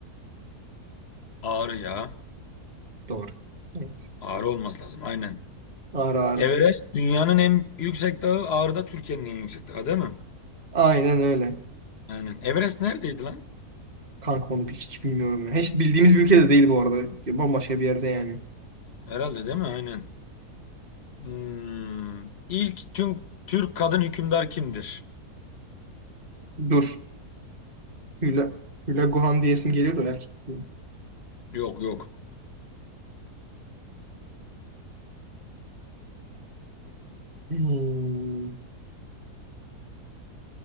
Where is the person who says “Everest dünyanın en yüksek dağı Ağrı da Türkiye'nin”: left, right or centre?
Left